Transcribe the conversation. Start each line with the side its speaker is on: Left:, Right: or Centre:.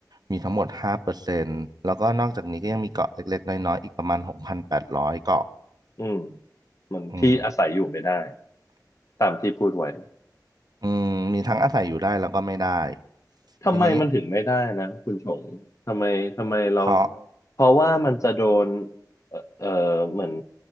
Right: มีทั้งหมด5%แล้วก็นอกจากนี้ก็ยังมีเกาะเล็กๆน้อยๆอีกประมาณ6,800เกาะ
Left: อืมมันที่อาศัยอยู่ไม่ได้
Right: อืม
Left: ตามที่พูดไว้
Right: อืมมีทั้งอาศัยอยู่ได้แล้วก็ไม่ได้
Left: ทำไมมันถึงไม่ได้นะคุณชงทำไมทำไมเรา
Right: ทีนี้เพราะ
Left: เพราะว่ามันจะโดนเอ่อเอ่อเหมือน